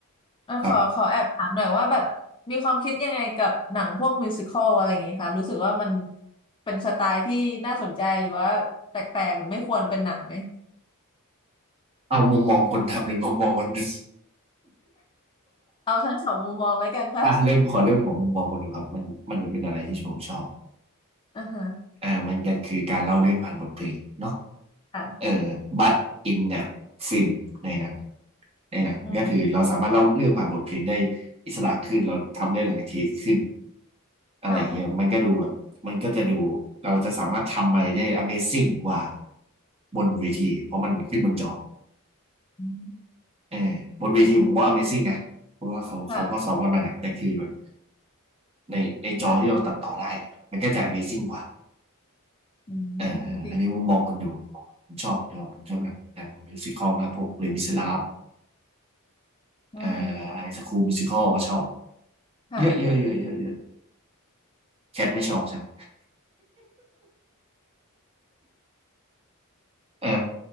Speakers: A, on the left (about 20°); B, on the right (about 25°).
A: เอ่อขอขอแอบถามหน่อยว่าแบบมีความคิดยังไงกับหนังพวกมิวสิคอลอะไรอย่างเงี้ยคะรู้สึกว่ามัน
B: ครับ
A: เป็นสไตล์ที่น่าสนใจหรือว่าแปลกๆหรือไม่ควรเป็นหนังไหม
B: เอามุมมองคนทำหรือมุมมองคนดู <laughs>
A: เอาทั้งสองมุมมองแล้วกันค่ะ
B: อ่ะเริ่มขอเริ่มของมุมมองคนดูครับมันมันเป็นอะไรที่ผมชอบ
A: อ่าฮะ
B: อ่ามันก็คือการเล่าเรื่องผ่านบทเพลงเนาะ
A: ค่ะ
B: เอ่อบัตอินเนี่ยฟิล์มในหนังในหนังก็คือเราสามารถเล่าเรื่องผ่านบทเพลงได้
A: อืม
B: อิสระขึ้นเราทำได้หลายเทคขึ้นอะไรอย่างเงี้ยมันก็ดูแบบมันก็จะดูเราจะสามารถทำอะไรได้
A: ค่ะ
B: Amazing กว่าบนเวทีเพราะมันขึ้นบนจอ
A: อืม
B: เออบนเวทีผมว่า Amazing นะเพราะว่าเขาเขาก็ซ้อมกันมาหนักแต่คือแบบ
A: ค่ะ
B: ในในจอที่เราตัดต่อได้อะมันก็จะ Amazing กว่า
A: อืมจริง
B: เอออันนี้มุมมองคนดูผมชอบเราผมชอบหนังหนังมิวสิคอลมากพวกเลมิสลาฟ
A: อืม
B: เอ่อไฮสคูลมิวสิคอลก็ชอบ
A: ค่ะ
B: เยอะเยอะเยอะเยอะเยอะแคทไม่ชอบใช่ไหมเออ